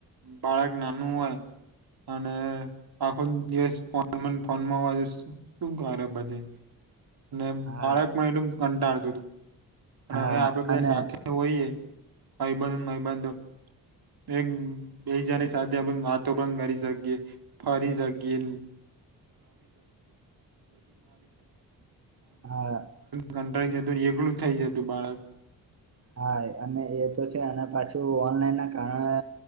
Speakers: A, on the right; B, on the right.
A: બાળક નાનું હોય અને આખો દિવસ ફોનમાંને ફોનમાં શું કરે પછી, ને
B: હા
A: બાળક પણ એટલું કંટાળતું હતું અને
B: હા
A: હવે આપડે બંધા
B: અને
A: સાથે હોઈએ ભાઈબંધ, ભાઈબંધો એક બેજાની સાથે આપડે વાતો પણ કરી શકીએ, ફરી શકીએ,
B: હા
A: <unintelligible> એકલું જ થઈ જતું બાળક
B: હા અને એ તો છે અને પાછું ઓનલાઈન ના કારણે